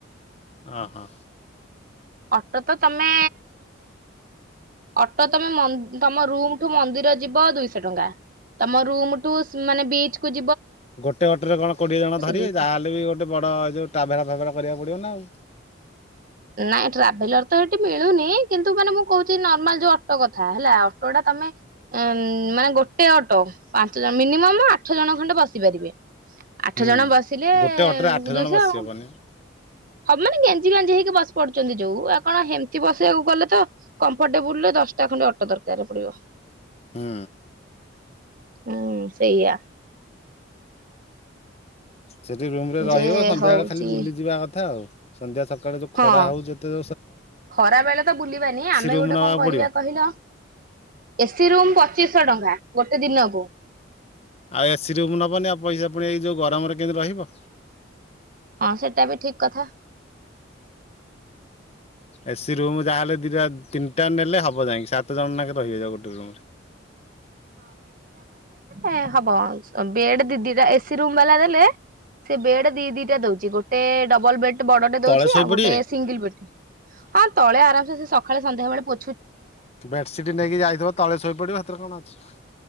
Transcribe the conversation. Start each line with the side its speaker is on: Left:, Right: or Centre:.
Left: ହ ହୋ
Right: ଅଟୋ ତ ତମେ ଅଟୋ ତମେ ମଠୁ ମନ୍ଦିର ଯିବ ଦୁଇଶ ଟଙ୍କା ତମ ରୁମୁ ଠୁବିଚକୁ
Left: ଗୋଟେ ଅଟୋରେ କଣ କୋଡିଏ ଜଣ ଧରିବେ
Right: ଦୁଇଶହ।
Left: ଯାହାହେଲେ ବି ଗୋଟେ ବଡ ଏ ଯୋଉ ଟ୍ରାଭେରା କରିବାକୁ ପଡିବ ନା ଆଉ
Right: ନାଇଁ ଟ୍ରାଭେଲର ତ ସେଇଠି ମିଳୁନି କିନ୍ତୁ ମାନେ ମୁଁ କହୁଛି ନର୍ମାଲ ଯୋଉ ଅଟୋ କଥା ହେଲା ଅଟୋ ଟା ତମେ ଉ ମାନେ ଗୋଟେ ଅଟୋ ପାଞ୍ଚ ଜଣ ମିନିମମ୍ ଆଠ ଜଣ ଖଣ୍ଡେ ବସିପାରିବେ। ଆଠ
Left: ହୁଁ
Right: ଜଣ ବସିଲେ
Left: ଗୋଟେ ଅଟୋରେ ଆଠ ଜଣ
Right: ଦୁଇଶହ
Left: ବସି
Right: ଆଉ।
Left: ହବନି।
Right: ହବନ ଗେଞ୍ଜି ଗଞ୍ ହେଇକି ବ ପଡୁ ଯୋଉ ଆଉ କଣ ଏମିତି ବସିବାକୁ ଗଲେ ତ କମ୍ଫର୍ଟେବୁଲ ଦଶଟା ଖଣ୍ଡେ ଅଟୋ ଦରକାର ପଡିବ।
Left: ହଁ।
Right: ହୁଁ ସେଇଆ।
Left: ସେଠି ରୁମ ରେ ରହିବ
Right: ଯେ
Left: ସନ୍ଧ୍ୟା
Right: ହଉଛି
Left: ବେଳେ ଖାଲି ବୁଲିଯିବା କଥା, ଆଉ ସନ୍ଧ୍ୟା ସକାଳେ ଯୋଉ
Right: ହଁ
Left: ଖରା ହଉ ଯେତେ
Right: ଖରା ବେଳେ ତ ବୁଲିବାନି ଆମେ
Left: ରୁମ
Right: ଗୋଟେ
Left: ନବାକୁ
Right: କଣ କରିବା
Left: ପଡିବ।
Right: କହିଲ ଏସିି ରୁମ୍ ପଚିଶ ଶ ଟଙ୍କା ଗୋଟେ ଦିନକୁ
Left: ଆଉ ଏସିି ରୁମ ନବନି ଆଉ ପଇସା ପୁଣି ଏଇ ଯୋଉ ଗରମରେ କେମିତି ରହିବ?
Right: ହଁ ସେଟା ବି ଠିକ କଥା।
Left: ଏ ସି ରୁମ ଯାହାହେଲେ ଦିଇଟା ତିନିଟା ନେଲେ ହବ ଯାଇଁକି ସାତ ଜଣ ନଙ୍କ ରହିବେବଗୋଟେ ରୁମ ରେ।
Right: ଏ ହବ ବେଡ ଦି ଦିଟା ଏସି ରୁମ୍ ବାଲା ଦେଲେ ସେ ବେଡ ଦି ଦିଟା ଦଉଛି ଗୋଟେ ଡବଲ ବେଡ୍ ବଡଟେ
Left: ତଳେ
Right: ଦଉଛି
Left: ଶୋଇପଡିବେ
Right: ଆଉ ଗୋଟେ ସିଙ୍ଗଲ ବେ ହଁ ତଳେ ଆରାମସ ସକାଳେ ସନ୍ଧ୍ୟାବେଳେ ପୁ
Left: ବେଡସିଟ୍ ନେଇକି ଯାଇଥିବ ତଳେ ଶୋଇପଡିବ ସେଥିରେ କଣ ଅଛି।